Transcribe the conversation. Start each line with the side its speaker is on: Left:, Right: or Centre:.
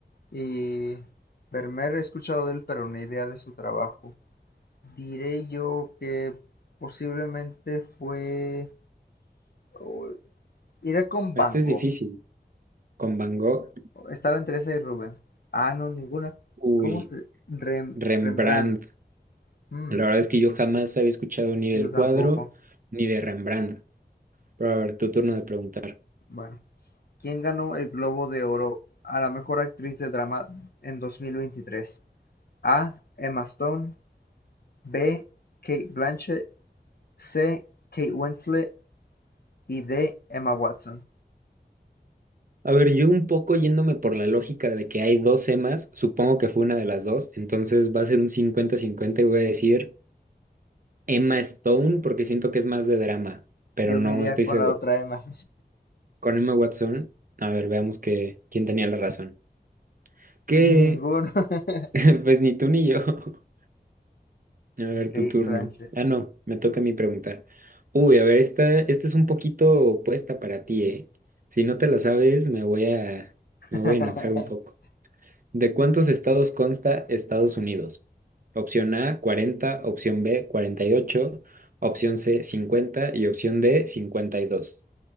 Left: y Vermeer, he escuchado de él, pero ni idea de su trabajo. Diré yo que posiblemente fue... oh, iré con
Right: Este
Left: Van
Right: es
Left: Gogh.
Right: difícil. Con Van Gogh,
Left: Estaba entre esa y Rubens. Ah, no, ninguna.
Right: uy,
Left: ¿Cómo se...? Rem-
Right: Rembrandt.
Left: Rembrandt. Mm,
Right: La verdad es que yo jamás había escuchado ni del
Left: yo tampoco.
Right: cuadro ni de Rembrandt. Pero a ver, tu turno de preguntar.
Left: Bueno, ¿quién ganó el Globo de Oro a la mejor actriz de drama en 2023? A. Emma Stone. B. Kate Blanchett C. Kate Winslet y D. Emma Watson.
Right: A ver, yo un poco yéndome por la lógica de que hay dos Emas, supongo que fue una de las dos, entonces va a ser un cincuenta-cincuenta y voy a decir Emma Stone porque siento que es más de drama, pero
Left: Yo
Right: no
Left: me iría
Right: estoy
Left: con
Right: seguro.
Left: la otra Emma.
Right: Con Emma Watson, a ver, veamos que, quién tenía la razón. Que,
Left: <laughs> Ninguno. <laughs>
Right: <laughs> pues ni tú ni yo. <laughs> A ver,
Left: Kate
Right: tu turno.
Left: Blanchett.
Right: Ah, no, me toca a mí preguntar. Uy, a ver, esta, esta es un poquito opuesta para ti, ¿eh? Si no te la sabes, me voy a,
Left: <laughs>
Right: me voy a enojar un poco. ¿De cuántos estados consta Estados Unidos? Opción A, 40. opción B, 48. opción C, 50. y opción D, 52.